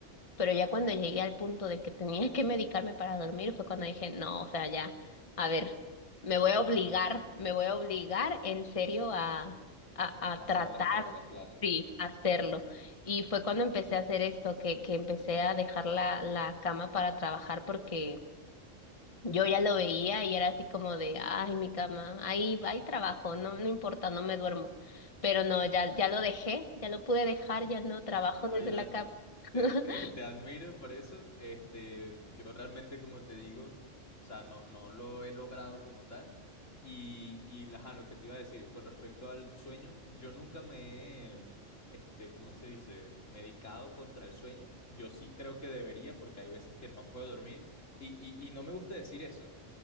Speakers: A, on the left; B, on the left.
A: Pero ya cuando llegué al punto de que tenía que medicarme para dormir, fue cuando dije, no, o sea, ya, a ver, me voy a obligar, me voy a obligar en serio a, a,
B: <laughs>
A: a
B: Hacer
A: tratar,
B: las cosas, claro.
A: sí, hacerlo. Y fue cuando empecé a hacer esto, que, que empecé a dejar la, la cama para trabajar porque yo ya lo veía y era así como de, ay, mi cama, ahí, ahí trabajo, no, no importa, no me duermo. Pero no, ya, ya lo dejé, ya lo pude dejar, ya no trabajo
B: Oye,
A: desde
B: Dani,
A: la cama. <laughs>
B: te, te- te admiro por eso. Este, yo realmente, como te digo, o sea, no, no lo he logrado como tal. Y, y ajá, lo que te iba a decir, con respecto al sueño, yo nunca me he, este, ¿cómo se dice? Medicado contra el sueño. Yo sí creo que debería, porque hay veces que no puedo dormir. Y, y, y no me gusta decir eso,